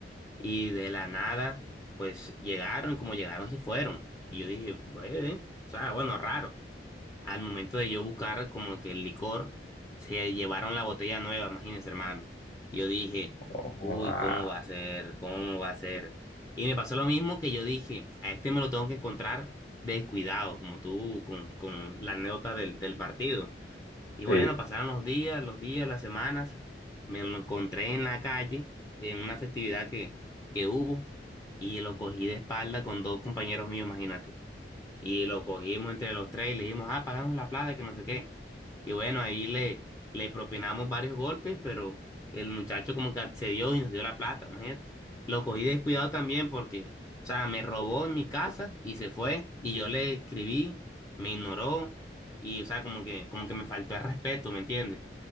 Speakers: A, on the left; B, on the left.
A: Y de la nada, pues llegaron, como llegaron, se fueron. Y yo dije, bueno, o sea, bueno, raro. Al momento de yo buscar como que el licor, se llevaron la botella nueva, imagínense, hermano. Y yo dije,
B: Ojo,
A: uy,
B: ah,
A: ¿cómo va a ser? ¿Cómo va a ser? Y me pasó lo mismo que yo dije, a este me lo tengo que encontrar descuidado, como tú, con, con la anécdota del, del partido. Y bueno,
B: sí,
A: pasaron los días, los días, las semanas. Me lo encontré en la calle, en una festividad que, que hubo, y lo cogí de espalda con dos compañeros míos, imagínate. Y lo cogimos entre los tres y le dijimos, ah, pagamos la plata, que no sé qué. Y bueno, ahí le, le propinamos varios golpes, pero el muchacho como que accedió y nos dio la plata, imagínate. Lo cogí descuidado también porque, o sea, me robó en mi casa y se fue. Y yo le escribí, me ignoró y, o sea, como que, como que me faltó el respeto, ¿me entiendes?